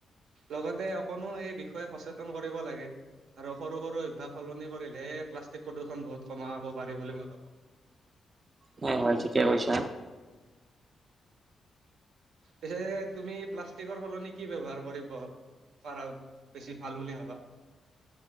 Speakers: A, on the right; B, on the right.
A: লগতে অকনো এই বিষয়ে সচেতন কৰিব লাগে। আৰু সৰু সৰু অভ্যাস সলনি কৰিলেহে। প্লাষ্টিক প্ৰদূষণ বহুত কমা হব পাৰি বুলি মই ভাবো।
B: হয় হয় ঠিকেই কৈছা। <unintelligible>
A: পিছে তুমি প্লাষ্টিকৰ সলনি কি ব্যৱহাৰ কৰিব। পাৰা বেছি ভাল বুলি ভাবা।।